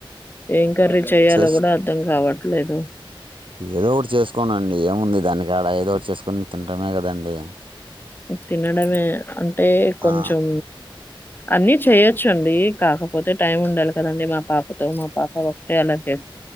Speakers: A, on the left; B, on the right.
A: ఏం కర్రీ చేయాలో
B: చేసు
A: గుడా అర్థం కావట్ లేదు.
B: ఏదో ఒకటి చేసుకోన ఏముంది దాని కాడ ఏదో ఒకటి చేసుకుని తిండమే కదండి.
A: తినడమే అంటే కొంచం
B: ఆ
A: అన్నీ చేయ్యొచ్చు అండి కాకపోతే టైం ఉండాలి కదండి మా పాపతో మా పాప ఒకటే అల్లరి చే